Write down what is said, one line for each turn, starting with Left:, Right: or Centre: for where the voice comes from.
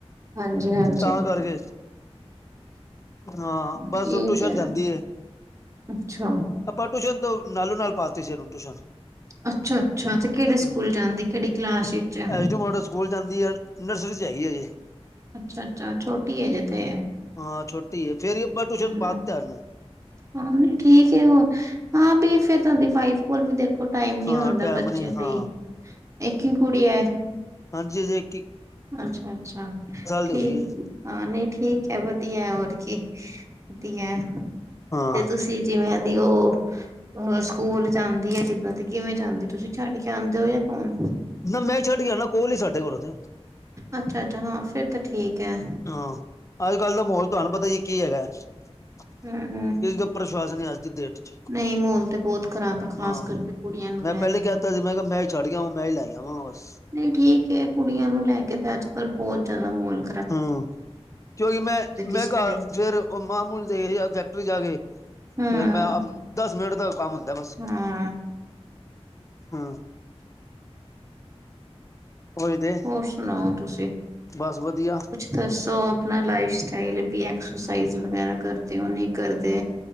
Right: ਹਾਂਜੀ, ਹਾਂਜੀ।
Left: ਤਾਂ ਕਰਕੇ ਹਾਂ,
Right: ਠੀਕ
Left: ਬਸ ਉਹ ਟਿਊਸ਼ਨ
Right: ਐ।
Left: ਜਾਂਦੀ ਏ।
Right: ਅੱਛਾ।
Left: ਆਪਾਂ ਟਊਸ਼ਨ ਤੋਂ, ਨਾਲੌ- ਨਾਲ ਪਾਤੀ ਸੀ ਇਹਨੂੰ, ਟਿਊਸ਼ਨ।
Right: ਅੱਛਾ-ਅੱਛਾ ਤੇ ਕਿਹੜੇ ਸਕੂਲ
Left: ਹਮ
Right: ਜਾਂਦੀ, ਕਿਹੜੀ ਕਲਾਸ ਚ ਐ।
Left: ਐਸ ਡੀ ਮੋਡਲ ਸਕੂਲ ਜਾਂਦੀ ਆ, ਨਰਸਰੀ 'ਚ ਹੈਗੀ ਆ ਹਜੇ।
Right: ਅੱਛਾ- ਅੱਛਾ, ਛੋਟੀ ਹੈ ਹਜੇ ਤੇ।
Left: ਹਾਂ ਛੋਟੀ ਹੈ, ਫੇਰ ਹੀ ਆਪਾਂ ਟਿਊਸ਼ਨ
Right: ਹੂੰ,
Left: ਪਾ ਦਿੱਤਾ ਉਹਨੂੰ।
Right: ਹਾਂ ਨਹੀਂ, ਠੀਕ ਹੈ ਹੁਣ। ਹਾਂ ਬਈ, ਫੇਰ ਤੁਹਾਡੀ ਵਾਈਫ ਕੋਲ ਵੀ ਦੇਖੋ ਟਾਈਮ ਨੀ
Left: ਹਾਂ
Right: ਹੁੰਦਾ,
Left: ਟਾਈਮ
Right: ਬੱਚੇ
Left: ਨੀ
Right: ਲਈ।
Left: ਹਾਂ
Right: ਇੱਕ ਹੀ ਕੁੜੀ ਹੈ?
Left: ਹਾਂਜੀ, ਜੀ।
Right: ਅੱਛਾ, ਅੱਛਾ।
Left: ਦੀ
Right: ਠੀਕ
Left: ਹੋ ਗਈ ਹੈ
Right: ਹਾਂ, ਨਹੀਂ। ਠੀਕ ਹੈ। ਵਧੀਆ ਹੋਰ ਕੀ ਵਧੀਆ।
Left: ਹਾਂ
Right: ਤੇ ਤੁਸੀਂ ਜਿਵੇਂ ਦੀ ਉਹ ਸਕੂਲ ਜਾਂਦੀ ਐ ਜਿੱਦੋਂ ਦੀ ਕਿਵੇਂ ਜਾਂਦੇ ਤੁਸੀਂ ਛੱਡ ਕੇ ਆਉਂਦੇ ਹੋ ਜਾਂ ਕੌਣ?
Left: ਨਾ ਮੈਂ ਛੱਡ ਕੇ ਨਾ ਕੋਲ ਨੀ ਸਾਡੇ ਕੋਲੋਂ ਤੇ।
Right: ਅੱਛਾ, ਅੱਛਾ ਹਾਂ ਫੇਰ ਤਾਂ ਠੀਕ। ਐ
Left: ਹਾਂ, ਅੱਜ ਕੱਲ ਦਾ ਮਹੋਲ ਤੁਹਾਨੂੰ ਪਤਾ ਜੀ ਕੀ ਹੈਗਾ। ਕਿਸੇ
Right: ਹੂੰ
Left: ਦਾ ਪ੍ਰਸ਼ਵਾਸ ਨਹੀਂ ਅੱਜ ਦੀ ਡੇਟ। ਚ
Right: ਨਹੀਂ, ਮਾਹੋਲ ਤੇ ਬਹੁਤ ਖ਼ਰਾਬ ਆ ਖਾਸ
Left: ਹਾਂ
Right: ਕਰਕੇ ਕੁੜੀਆਂ ਨੂੰ
Left: ਮੈਂ
Right: ਲੈ
Left: ਪਹਿਲੇ
Right: ਕੇ।
Left: ਕਹਿ ਦਿੱਤਾ ਸੀ ਮੈਂ ਮੈਂ ਛੱਡ ਕੇ ਆਵਾਂ। ਮੈਂ ਹੀ ਲੈ ਜਾਵਾਂ ਬਸ।
Right: ਨਹੀਂ ਠੀਕ ਏ ਕੁੜੀਆਂ ਨੂੰ ਲੈ ਕੇ ਤੇ ਅੱਜ ਕੱਲ੍ਹ ਬਹੁਤ ਜਿਆਦਾ ਮਹੋਲ
Left: ਹੂੰ। ਕਿਉਂਕਿ ਮੈਂ
Right: ਕਿਸੇ
Left: ਮੈਂ ਘਰ
Right: ਤੇ
Left: ਫਿਰ ਮਾਮੂਲੀ ਦੇ ਫੈਕਟਰੀ ਜਾ ਕੇ।
Right: ਹਮ
Left: ਫੇਰ ਮੈਂ ਦਸ ਮਿੰਟ ਦਾ ਕੰਮ ਹੁੰਦਾ। ਬਸ।
Right: ਹਾਂ
Left: ਹੂੰ। ਉਹੀ ਤੇ
Right: ਹੋਰ ਸੁਣਾਓ ਤੁਸੀਂ?
Left: ਬਸ ਵਧੀਆ
Right: ਦੱਸੋ ਆਪਣਾ ਲਾਈਫ ਸਟਾਈਲ ਵੀ ਐਕਸਰਸਾਈਜ਼ ਵਗੈਰਾ ਕਰਦੇ ਉਹ ਨਹੀਂ ਕਰਦੇ।